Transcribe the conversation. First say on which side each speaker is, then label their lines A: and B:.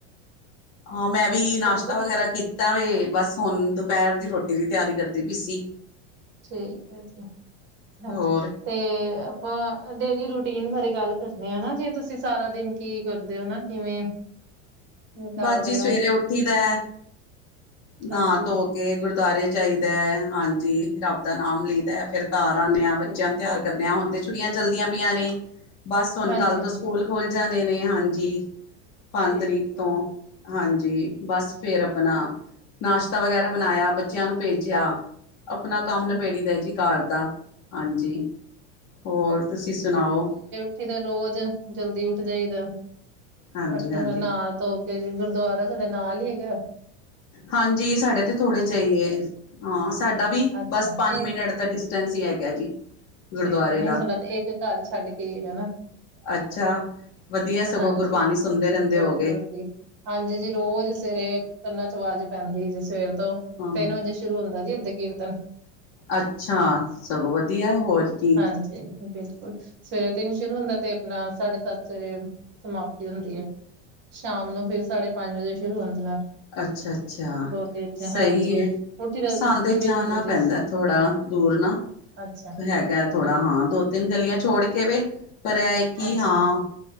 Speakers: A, on the left; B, on the right.
A: ਹਾਂ, ਮੈਂ ਵੀ ਨਾਸ਼ਤਾ
B: ਦੱਸੋ
A: ਵਗੈਰਾ ਕੀਤਾ ਵੇ, ਬਾਸ ਹੁਨ ਦੁਪੈਰ ਦੀ ਰੋਟੀ ਦੀ ਤਿਆਰੀ ਕਰਦੀ ਪਈ ਸੀ।
B: ਠੀਕ ਹੈ ਜੀ। ਹਛਛ
A: ਹੋਰ,
B: ਤੇ ਆਪਾਂ ਡੇਲੀ ਰੂਟੀਨ ਬਾਰੇ ਗਾੱਲ ਕਰਨੇ ਆਂ ਨਾ ਜਿਂਵੇ ਤੂਸੀ ਸਾਰਾ ਦਿਨ ਕੀ ਕਰਦੇ ਓ ਨਾ? ਕਿਵੇਂ ਨਿਕਾਲਦੇ
A: ਬਾਸ ਜੀ ਸਵੇਰੇ
B: ਹੋ
A: ਉਠੀ ਦੈ। ਨਾਂ
B: ਹਾਂਜੀ
A: ਧੋ ਕੇ ਗੁਰਦੁਆਰੇ ਜਾਈਦੈ, ਹਾਂਜੀ ਰਾੱਬ ਦਾ ਨਾਮ ਲਈਦੈ ਫਿਰ ਘਾਰ ਆਨੇ ਆਂ, ਬੱਚੇਆਂ
B: ਠੀਕ
A: ਨੂੰ ਤੇਆਰ ਕਰਨੇ ਆਂ, ਹੁਨ ਤੇ ਛੁੱਟੀਆਂ ਚੱਲਦੀਆਂ ਪਈਆਂ ਨੇ, ਬਾੱਸ ਹੁਨ
B: ਹਾਂਜੀ
A: ਕਾੱਲ ਤੋਂ
B: ਹਾਂਜੀ
A: ਸੂਕੂਲ ਖੁੱਲ ਜਾਨੇ ਨੇ ਹਾਂਜੀ, ਪਾੰਜ
B: ਠੀਕ
A: ਤਰੀਕ ਤੋਂ,
B: ਹੈ
A: ਹਾਂਜੀ, ਬਾੱਸ ਫੇਰ ਨਾ ਨਾਸ਼ਤਾ ਵਗੈਰਾ ਬਨਾਏਆ ਬੱਚੇਆਂ ਨੂੰ ਭੇਜੇਆ ਅਪਨਾ ਕਾੰਮ ਨਬੇੜੀਦਾ
B: ਹਾਂਜੀ
A: ਜੀ ਘਾਰ ਦਾ, ਹਾਂਜੀ, ਹੋਰ ਤੂਸੀ ਸੂਨਾਓ?
B: ਓਠੀ ਦੈ ਰੋਜ, ਜਲਦੀ ਉਠ ਜਾਈਦੈ,
A: ਹਾਂਜੀ
B: ਉਠ
A: ਹਾਂਜੀ
B: ਕੇ ਨਾ ਧੋ ਤੇ ਗੁਰਦੁਆਰਾ ਸਾਡੇ ਨਾਲ ਈ ਹੈਗੈ
A: ਹਾਂਜੀ, ਸਾਡੇ ਤੇ ਥੋੜੇ ਜਾ ਈ ਐ, ਹਾਂ, ਸਾਡਾ ਵੀ
B: ਅੱਛਾ
A: ਬਾੱਸ
B: ਨਹੀਂ
A: ਪਾੰਜ ਮਿੰਟ ਤਾਂ ਡਿਸਟੈਂਸ ਈ ਹੈਗੈ ਜੀ। ਗੁਰਦੁਆਰੇ
B: ਠੀਕ ਐ, ਨੀ
A: ਦਾ
B: ਸਾਡਾ ਤੇ ਏਕੱ ਘਾਰ ਛਾੱਡ ਕੇ ਈ ਹੈਗਾ ਨਾ
A: ਅੱਛਾ, ਵਦੀਐ ਸਗੋਂ
B: ਹਾਂਜੀ
A: ਗੁਰਬਾਨੀ ਸੁਨਦੇ ਰੈਂਦੇ
B: ਬਿਲਕੁਲ
A: ਹੋਓਗੇ।
B: ਜੀ ਹਾਂਜੀ ਜੀ ਰੋਜ ਸਵੇਰੇ ਕੰਨਾਂ ਚ ਵਾਜ ਪੈਂਦੀ ਜੀ ਸਵੇਰ ਤੋਂ
A: ਹਾਂ
B: ਤੇੱਨ ਵਜੇ ਸ਼ੁਰੂ ਹੂਂਦ ਦਾ ਜੀ ਐਦੇ ਕੀਰਤਨ।
A: ਅੱਛਾ, ਸਗੋਂ ਵਦੀਐ, ਹੋਰ ਕੀ।
B: ਜੀ ਬਿਲਕੁਲ, ਸਵੇਰੇ ਤਿਨ ਸ਼ੁਰੂ ਹੁੰਦਾ ਤੇ ਨਾ ਸਾਡੇ ਸਾੱਤ ਸਵੇਰੇ ਸਮਾਪਤੀ ਹੁੰਦੀ ਏ, ਸ਼ਾਮ ਨੂੰ ਫਿਰ ਸਾਡੇ ਪਾੰਜ ਵਜੇ ਸ਼ੁਰੂ ਹੁੰਦੇ ਨਾਲ
A: ਅੱਛਾ, ਅੱਛਾ
B: ਬਹੁਤ ਹੀ ਅੱਛਾ
A: ਸਈ
B: ਹਾਂਜੀ
A: ਏ,
B: ਉੱਠੀ ਦਾ
A: ਸਾਂਨ ਤੇ
B: ਬਿਲਕੁਲ
A: ਜਾਨਾ ਪੈਂਦਾ
B: ਜੀ
A: ਥੋੜਾ ਦੂਰ ਨਾ,
B: ਅੱਛਾ
A: ਹੈਗੈ ਥੋੜਾ
B: ਠੀਕ
A: ਹਾਂ
B: ਹੈ
A: ਦੋ-ਤਿੰਨ ਗਲੀਆਂ ਛੋੜ ਕੇ ਵੇ, ਪਰ ਐ ਏ ਕਿ,
B: ਅੱਛਾ
A: ਹਾਂ
B: ਜੀ